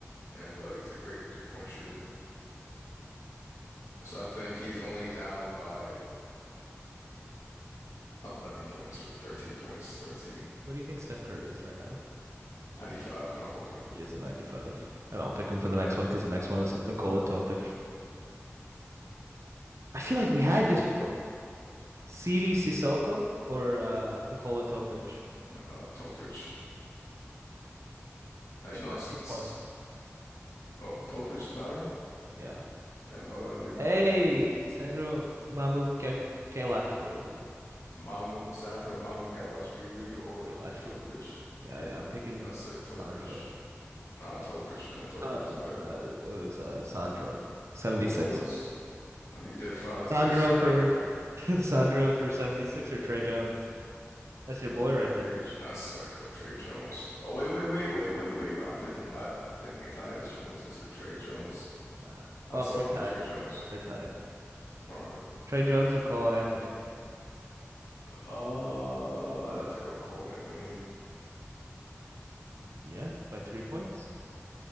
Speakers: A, on the left; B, on the right.
A: and uh, he's a great three-point shooter. So I think he's only down by 11 points or 13 points, 13,
B: What do you think Steph Curry is right now?
A: 95 probably.
B: He is a 95. And I'll pick him for the next one because the next one is Nikola Topic. I feel like we had this before. Siri Sissoko or uh, Nikola Topic?
A: Uh, Topic. Actually,
B: Yeah, by
A: no, it's,
B: two
A: it's
B: points.
A: just, oh, Topic is higher.
B: Yeah.
A: And Bella doesn't even
B: Hey,
A: play the game.
B: Sandro Mamuke Kalashvili.
A: Mamu, Sandro Mamukelashvili or
B: Kalashvili.
A: Topic.
B: Yeah, I, I'm picking
A: I'd say Topic.
B: Sandro.
A: Ah, Topic, man. Topic
B: No,
A: is higher.
B: uh, it was uh, Sandro. 76.
A: It was. Uh, He did fire the
B: Sandro
A: Knicks in that
B: for
A: one game.
B: <laughs> Sandro for 76 or Trey Jones? That's your boy right there.
A: Page, I see. I go Trey Jones. Oh wait, wait, wait, wait, wait, wait. I'm thinking that I'm thinking Tyus Jones. Is it Trey Jones.
B: Nah.
A: I'm
B: Oh,
A: still
B: they're
A: going
B: tied.
A: Trey Jones.
B: They're tied.
A: All right.
B: Trey Jones or Cole Anthony?
A: Uh, I'd have to go Cole Anthony.
B: Yeah, by three points.